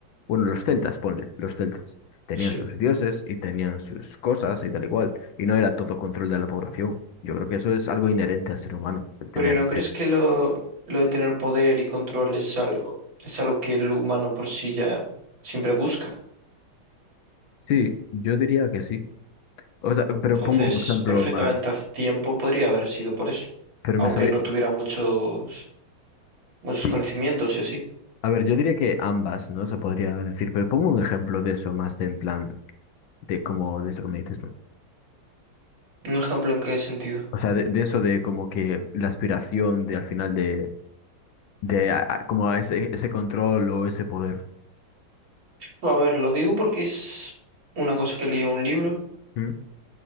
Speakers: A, on the left; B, on the right.
A: bueno, los celtas, ponle, los celtas. Tenían
B: Sí.
A: sus dioses y tenían sus cosas y tal igual. Y no era todo control de la población. Yo creo que eso es algo inherente al ser humano, el tener
B: Pero ¿y no
A: que...
B: crees que lo, lo de tener poder y control es algo, es algo que el humano por sí ya siempre busca?
A: Sí, yo diría que sí. O sea, pero
B: Entonces,
A: pongo un ejemplo
B: perfectamente
A: más.
B: hace tiempo podría haber sido por eso,
A: Pero
B: aunque
A: me sabe...
B: no tuviera muchos, muchos
A: Sí,
B: conocimientos y así.
A: a ver, yo diría que ambas, ¿no? Se podría decir, pero pongo un ejemplo de eso más de en plan, de como de eso que me dices.
B: ¿Un ejemplo en qué sentido?
A: O sea, de, de eso de como que la aspiración de al final de, de a- a- como a ese, ese control o ese poder.
B: A ver, lo digo porque es una cosa que leí en un libro
A: ¿Mm?